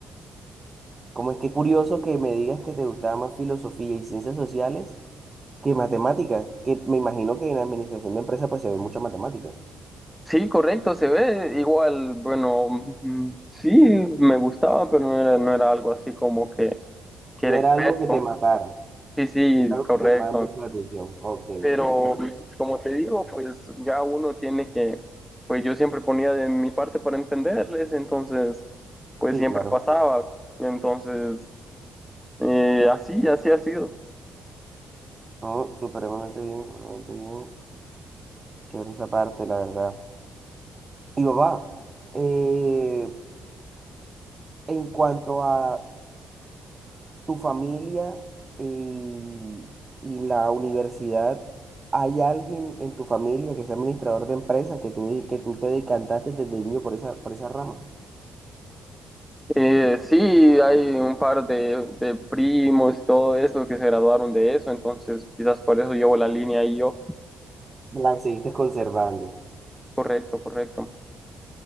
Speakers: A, on the right; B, in the centre.
A: cómo es que curioso que me digas que te gustaba más filosofía y ciencias sociales que matemáticas, que me imagino que en administración de empresas pues se ve mucha matemática.
B: Sí, correcto, se ve igual, bueno, mm, sí, me gustaba, pero no era, no era algo así como que, que
A: No
B: era
A: era
B: experto.
A: algo que te matara,
B: Sí, sí,
A: era algo
B: correcto.
A: que te llamaba mucho la atención. Ok,
B: Pero pues, como te digo, pues ya uno tiene que, pues yo siempre ponía de mi parte para entenderles, entonces pues
A: sí,
B: siempre
A: claro.
B: pasaba. Entonces, eh, así, así ha sido.
A: No, supremamente bien, supremamente bien. Chévere esa parte, la verdad. Y papá, eh, en cuanto a tu familia eh, y, y la universidad, ¿hay alguien en tu familia que sea administrador de empresas que tú, di- que tú te decantaste desde niño por esa, por esa rama?
B: Eh, sí, hay un par de, de primos y todo eso que se graduaron de eso, entonces quizás por eso llevo la línea ahí yo.
A: La seguiste conservando.
B: Correcto, correcto.